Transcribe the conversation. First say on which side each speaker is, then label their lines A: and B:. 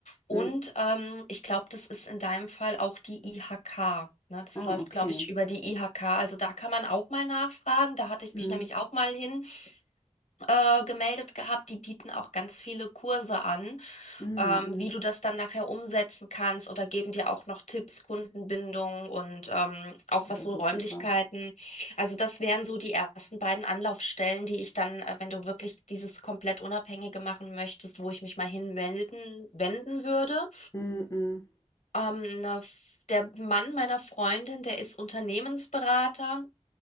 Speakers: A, on the left; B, on the left.
A: Und
B: hm.
A: ähm, ich glaube, das ist in deinem Fall auch die IHK. Ne? Das
B: Ah,
A: läuft,
B: okay.
A: glaube ich, über die IHK. Also da kann man auch mal nachfragen. Da hatte ich mich
B: Hm.
A: nämlich auch mal hin äh, gemeldet gehabt. Die bieten auch ganz viele Kurse an,
B: Mhm,
A: ähm,
B: mhm.
A: wie du das dann nachher umsetzen kannst oder geben dir auch noch Tipps, Kundenbindung und ähm, auch
B: Oh,
A: was
B: das
A: so
B: ist
A: Räumlichkeiten.
B: super.
A: Also das wären so die ersten beiden Anlaufstellen, die ich dann, äh, wenn du wirklich dieses komplett Unabhängige machen möchtest, wo ich mich mal hinmelden, wenden würde.
B: Mhm, mhm,
A: Ähm, na, f- der Mann meiner Freundin, der ist Unternehmensberater.